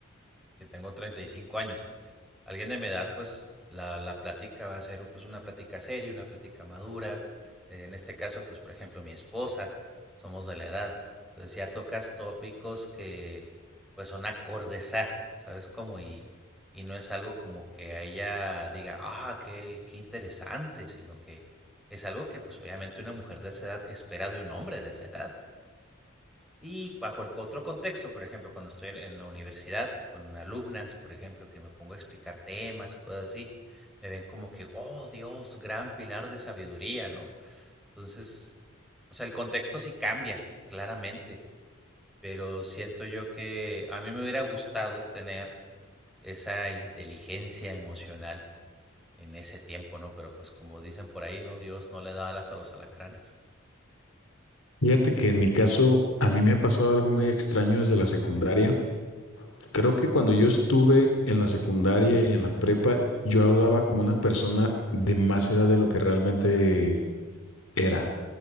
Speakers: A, in the centre; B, on the left.
A: que tengo 35 años, Alguien de mi edad, pues la, la plática va a ser pues una plática seria, una plática madura. Eh, en este caso, pues por ejemplo, mi esposa, somos de la edad. Entonces ya tocas tópicos que pues son acordes a, ¿sabes cómo? Y, y no es algo como que a ella diga, ah, qué, qué interesante, sino que es algo que pues obviamente una mujer de esa edad espera de un hombre de esa edad. Y bajo el otro contexto, por ejemplo, cuando estoy en en la universidad con alumnas, por ejemplo, que me pongo a explicar temas y cosas así, me ven como que, oh Dios, gran pilar de sabiduría, ¿no? Entonces, o sea, el contexto sí cambia, claramente, pero siento yo que a mí me hubiera gustado tener esa inteligencia emocional en ese tiempo, ¿no? Pero pues como dicen por ahí, ¿no? Dios no le da alas a los alacranes.
B: Fíjate que en mi caso, a mí me ha pasado algo muy extraño desde la secundaria. Creo que cuando yo estuve en la secundaria y en la prepa, yo hablaba como una persona de más edad de lo que realmente era.